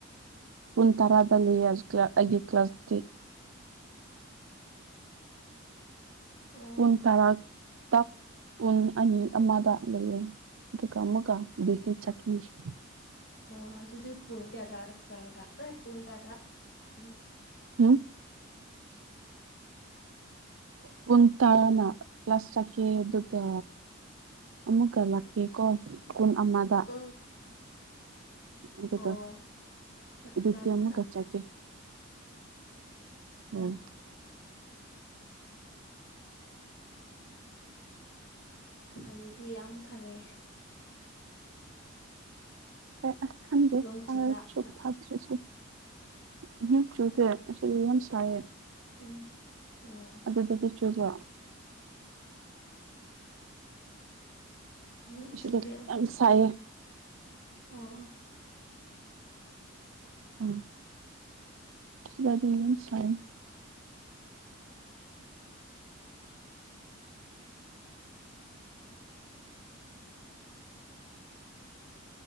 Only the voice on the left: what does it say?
ꯑꯣ
ꯑꯣ ꯑꯗꯨꯗꯤ ꯄꯨꯡ ꯀꯌꯥꯗꯔ ꯆꯥꯔꯒ ꯍꯣꯏ ꯄꯨꯡ ꯀꯌꯥꯗ ꯎꯝ
ꯑꯣ
ꯑꯣ ꯆꯥꯛ
ꯆꯥꯒꯤ
ꯂꯥꯛ
ꯑꯣ ꯑꯗꯨꯗꯤ ꯌꯥꯝ ꯐꯔꯦ
ꯅꯣꯡ
ꯆꯨꯕ꯭ꯔꯥ ꯍꯜꯂꯛ
ꯎꯝ
ꯎꯝ ꯎꯝ
ꯎꯝ
ꯆꯨꯝꯗꯦ ꯑꯗꯨꯝ
ꯑꯣ